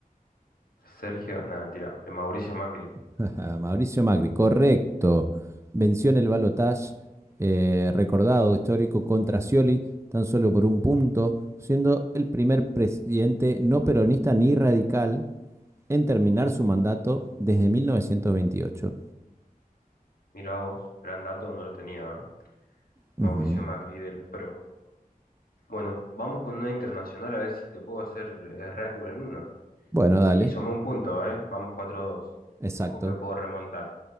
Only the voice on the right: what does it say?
<laughs> Mauricio Macri, correcto. Venció en el balotaje eh, recordado histórico contra Scioli tan solo por un punto, siendo el primer presidente no peronista ni radical en terminar su mandato desde 1928.
Ujú.
Bueno, dale,
exacto,